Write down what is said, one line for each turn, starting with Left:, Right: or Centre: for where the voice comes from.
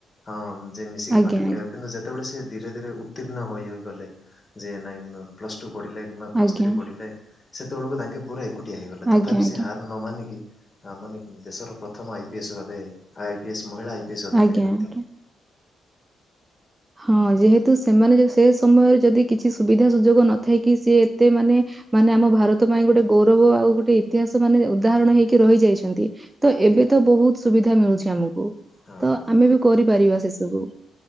Left: ହଁ ଯେ ମିଶିକି
Right: ଆଜ୍ଞା ଆଜ୍ଞା
Left: ପାଠ ପଢ଼ିବା କିନ୍ତୁ ଯେତେବେଳେ ସେ ଧୀରେ ଧୀରେ ଉତ୍ତୀର୍ଣ୍ଣ ହୋଇ ହୋଇ ହୋଇଗଲେ। ଯେ ନାଇଁ ପ୍ଲସ ଟୁ ପଢିଲେ କିମ୍ବା ପ୍ଲସ
Right: ଆଜ୍ଞା
Left: ଥ୍ରୀ ପଢିଲେ। ସେତେବେଳକୁ ତାଙ୍କେ ପୁରା ଏକୁଟିଆ ହେଇଗଲା।
Right: ଆଜ୍ଞା ଆଜ୍ଞା
Left: ତଥାପି
Right: ଆଜ୍ଞା
Left: ସେ ହାର ନ ମାନିକି ଆ ମାନେ ଦେଶର ପ୍ରଥମ ଆଇ ପି ଏସ୍ ଭାବେ ଆଇ ପି ଏସ୍ ମହିଳା ଆଇପିଏସ୍ ଅଧିକାରୀ
Right: ଆଜ୍ଞା।
Left: ହୋଇଥିଲେ।
Right: ହଁ ଯେହେତୁ ସେମାନେ ସେ ସମୟରେ ଯଦି କିଛି ସୁବିଧା ସୁଯୋଗ ନଥାଇ ସିଏ ଏତେ ମାନେ ମାନେ ଆମ ଭାରତ ପାଇଁ ଗୋଟେ ଗୌରବ ଆଉ ଗୋଟେ ଇତିହାସ ମାନେ ଉଦାହରଣ ହେଇକି ରହିଯାଇଛନ୍ତି। ତ
Left: ଠିକ୍
Right: ଏବେ ତ ବହୁତ ସୁବିଧା ମିଳୁଛି ଆମକୁ
Left: ହଁ
Right: ତ
Left: ହଁ
Right: ଆମେ
Left: ହଁ
Right: ବି କରିପାରିବା ସେ ସବୁ।